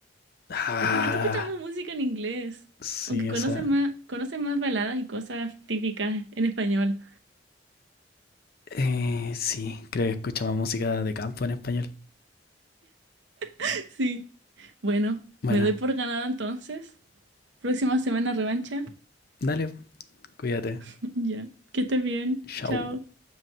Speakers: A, on the left; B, on the right.
A: Ah,
B: Es que tú escuchas más música en inglés.
A: sí,
B: Aunque
A: esa.
B: conoces más, conoces más baladas y cosas típicas en español.
A: eh, sí, creo que escucha más música de campo en español.
B: <laughs> Sí. Bueno,
A: Bueno,
B: me doy por ganada entonces. Próxima semana revancha.
A: dale, cuídate.
B: <laughs> Ya. Que estés bien.
A: Chau.
B: Chao.